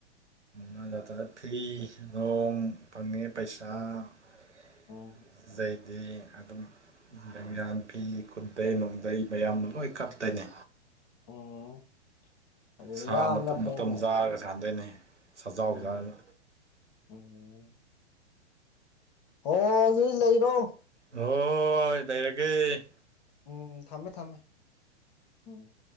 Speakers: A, on the right; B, on the left.
A: ꯃꯅꯗ꯭ꯔ ꯐ꯭ꯔꯤ ꯅꯣꯡ ꯐꯪꯉꯅꯤ ꯄꯩꯁ <unintelligible>
B: ꯎꯝ
A: ꯑꯗꯤ ꯑꯗꯨꯝ ꯂꯩꯌꯥꯟ ꯐꯤ ꯈꯨꯗꯩ ꯅꯨꯡꯗꯩ ꯃꯌꯥꯝꯅ ꯂꯣꯏ ꯀꯞꯇꯅꯤ꯫
B: ꯎꯝ ꯑꯗꯨꯗꯤ
A: ꯁꯥ
B: ꯌꯥꯝꯅ
A: ꯃꯇꯨꯝ
B: ꯐꯩꯅꯦ
A: ꯃꯇꯝꯨꯝ ꯆꯥꯔꯒ ꯁꯥꯟꯗꯣꯏꯅꯤ ꯁꯖꯥꯎ
B: ꯎꯝ
A: ꯆꯥꯔꯒ
B: ꯎꯝ ꯍꯣꯏ ꯑꯗꯨ ꯂꯩꯔꯣ
A: ꯍꯣꯏ ꯂꯩꯔꯒꯦ꯫
B: ꯎꯝ ꯊꯝꯃꯦ ꯊꯝꯃꯦ ꯎꯝ